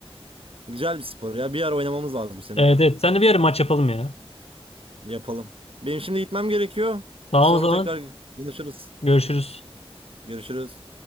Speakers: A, on the right (about 60°); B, on the left (about 75°).
A: Güzel bir spor ya. Bir ara oynamamız lazım seninle.
B: Evet, evet. Sen de bir ara maç yapalım ya.
A: Yapalım. Benim şimdi gitmem gerekiyor.
B: Tamam
A: Sonra
B: o zaman.
A: tekrar konuşuruz.
B: Görüşürüz.
A: Görüşürüz.